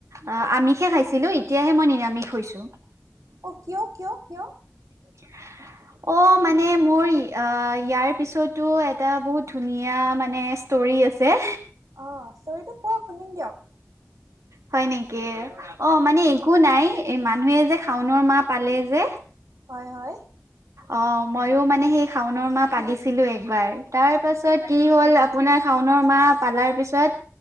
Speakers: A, on the right (about 65°); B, on the right (about 90°).
A: অ আমিষে খাইছিলো, এতিয়াহে মই নিৰামিষ হৈছো।
B: অঁ, কিয়? কিয়? কিয়?
A: <unintelligible> অ মানে মোৰ, অ ইয়াৰ পিছতো এটা বহুত ধুনীয়া মানে তৰি আছে।
B: অ ষ্টৰিটো কুবক, শুনিম দিয়ক।
A: হয় নেকি? অ মানে একো নাই মানুহে যে শাওনৰ মা পালে যে
B: হয়, হয়!
A: অঁ ময়ো মানে সেই শাওনৰ মাহ পালিছিলোঁ একবাৰ। তাৰপাছত কি হ'ল-আপোনাৰ শাওনৰ মাহ পালাৰ পিছত,